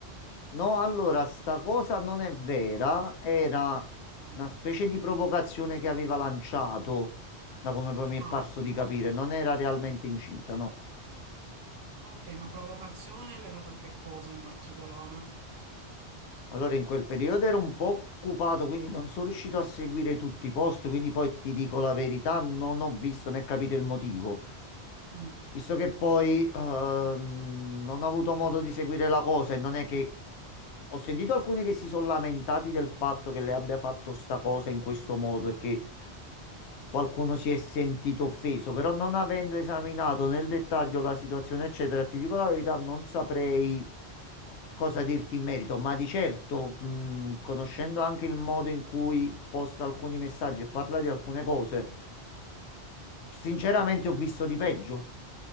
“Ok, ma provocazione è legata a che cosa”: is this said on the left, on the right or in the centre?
Right